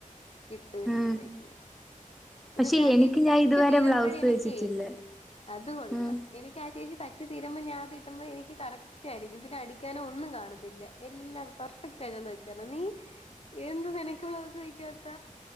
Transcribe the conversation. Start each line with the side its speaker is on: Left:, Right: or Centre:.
Left: കിട്ടും എനിക്ക്
Centre: ഉം
Left: തൈക്കണ എന്ന
Centre: പക്ഷെ
Left: ചാ ആ
Centre: എനിക്ക്
Left: ചേച്ചി
Centre: ഞാൻ
Left: തച്ചു
Centre: ഇതുവരെ
Left: തീരുമ്പോഴ
Centre: ബ്ലൗസ്
Left: എനീക്കെ
Centre: വെച്ചിട്ടില്ല
Left: അത് കൊള്ളാം
Centre: ഉം
Left: എനിക്ക് ആ ചേച്ചി തച്ച് തീരുമ്പോ ഞാൻ ഇടുമ്പോ എനി കറക് റ്റയിരിക്കും പിന്നെ അടിക്കാനോ ഒന്നും കാണത്തില്ല എല്ലാം പെർഫെക്റ്റ് ആയി <unintelligible> വെച്ചാണ് നീ എന്ത് നിനക്ക ബ്ലൗസ് തായ്ക്കാത്ത